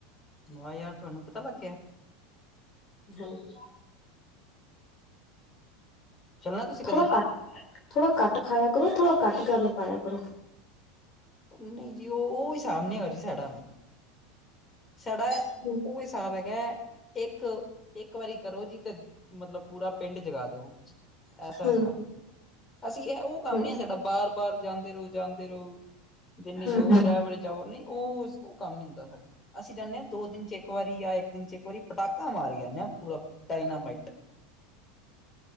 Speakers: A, on the left; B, on the left.
A: ਵਾਹ ਯਾਰ ਤੁਆਨੂੰ ਪਤਾ ਲੱਗ ਗਿਆ।
B: ਹਾਂਜੀ।
A: ਚੱਲਣਾ ਤੁਸੀਂ ਕਦੀ
B: ਥੋੜਾ ਕੱਟ ਥੋੜਾ ਕੱਟ ਖਾਇਆ ਕਰੋ ਥੋੜ੍ਹਾ ਕੱਟ ਗੰਦ ਪਾਇਆ ਕਰੋ।
A: ਨਈ ਜੀ ਓ ਓਹੀ ਸਾਬ ਨੀਗਾ ਜੀ ਸਾਡਾ, ਸਾਡਾ
B: ਹੂੰ
A: ਓ ਹਿਸਾਬ ਹੈ ਗੈਸ ਏਕ, ਏਕ ਵਾਰੀ ਕਰੋ ਜੀ ਤੇ ਮਤਲਬ ਪੂਰਾ ਪਿੰਡ ਜਗਾ ਦੋ ਐਸਾ
B: ਹੂੰ
A: ਹਿਸਾਬ ਨੀ ਅਸੀਂ ਏ ਓ ਕੰਮ
B: ਹੂੰ
A: ਨੀ ਏ ਸਾਡਾ ਬਾਰ-ਬਾਰ ਜਾਂਦੇ ਰਹੋ ਜਾਂਦੇ ਰਹੋ ਜਨੀ
B: ਹੂੰ
A: ਦੋ ਤ੍ਰੈ ਵਜੇ ਜਾਓ ਨਈਂ ਓ-ਓ ਕੰਮ ਨੀ ਹੁੰਦਾ ਸਾਡੇ। ਜਾਂਨੇ ਆਂ ਦੋ ਦਿਨ ਚ ਇੱਕ ਵਾਰੀ ਜਾਂ ਇੱਕ ਦਿਨ ਚ ਇੱਕ ਵਾਰੀ ਪਟਾਕਾ ਮਾਰ ਜਾਂਨੇ ਆਂ ਪੂਰਾ ਡਾਇਨਾਮਾਈਟ।